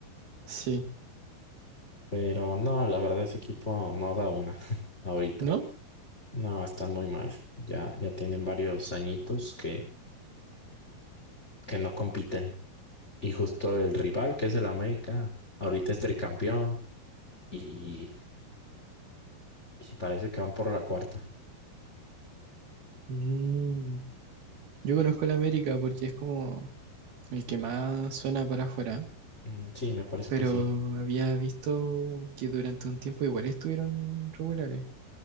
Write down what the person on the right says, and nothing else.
Sí,
¿no?
Mm, Yo conozco el América porque es como el que más suena para afuera,
pero
había visto que durante un tiempo igual estuvieron regulares.